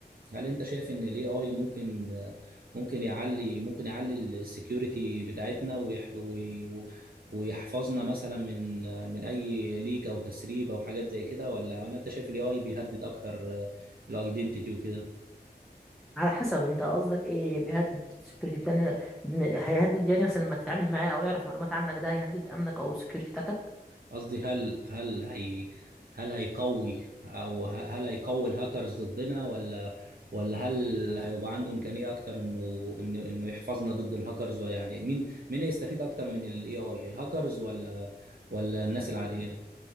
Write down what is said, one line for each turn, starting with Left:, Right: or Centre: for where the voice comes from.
Right: هل انت شايف ان الاي اي ممكن آه، ممكن يعلي ممكن يعلي السكيورتي بتاعتنا ويح وي- و- ويحفظنا مثلا من آه، من اي ليك او تسريب او حاجات زي كده ولا ولا انت شايف الاي اي بيهدد اكتر الايدنتيتي وكده
Centre: على حسب انت قصدك ايه بيهدد السكيورتي بتاعنا م- هيهدد يعني مثلا لما تتعامل معاه او يعرف معلومات عنك ده هيهدد امنك او السكيورتي بتاعتك
Right: قصدي هل هل هي هل هيقوي او ه- هل هيقوي الهاكرز ضدنا ولا ولا هل هيبقى عنده امكانيه اكتر انه انه انه يحفظنا ضد الهاكرز ولا يعني مين مين هيستفيد اكتر من الاي اي الهاكرز ولا ولا الناس العاديه